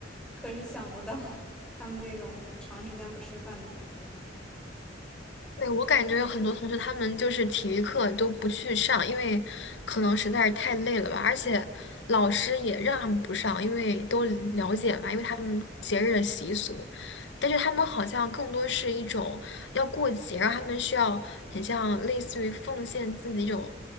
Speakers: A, in the centre; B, on the left.
A: 可是想不到他们这种长时间不吃饭的感受。
B: 对，我感觉很多同学他们就是体育课都不去上，因为可能实在是太累了吧，而且老师也让他们不上，因为都了解嘛，因为他们节日的习俗。但是他们好像更多是一种要过节，然后他们需要很像类似于奉献自己一种，